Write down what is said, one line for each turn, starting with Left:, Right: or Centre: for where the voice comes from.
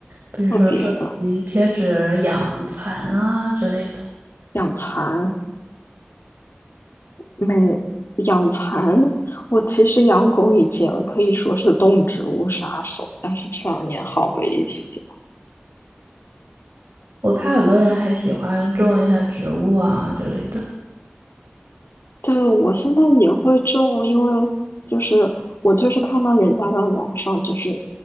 Right: 比如说收集贴纸、
Left: 特别的。
Right: 养蚕啊之类的。
Left: 养蚕没养蚕，我其实养狗以前可以说是动植物杀手，但是这两年好了一些。
Right: 我看很多人还喜欢种一下植物啊之类的。
Left: 对，我现在也会种，因为就是我就是看到人家在网上就是